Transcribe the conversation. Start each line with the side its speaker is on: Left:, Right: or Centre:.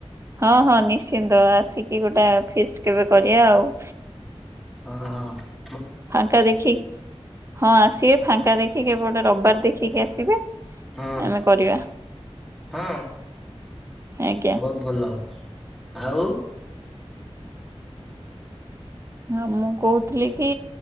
Right: ହଁ ହଁ ନିଶ୍ଚିନ୍ତ ଆସିକି ଗୋଟେ ଫିଷ୍ଟ କେବେ କରିବା ଆଉ।
Centre: ହଁ ହଁ
Right: ଫାଙ୍କା ଦେଖିକି ହଁ ଆସିବେ ଫାଙ୍କା ଦେଖିକି ଏପଟେ ରିବିବାର ଦେଖିକି ଆସିବେ।
Centre: ହଁ
Right: ଆମେ କରିବା
Centre: ହଁ
Right: ଆଜ୍ଞା।
Centre: ବହୁତ ଭଲ ଆଉ
Right: ହଁ ମୁଁ କହୁଥିଲି କି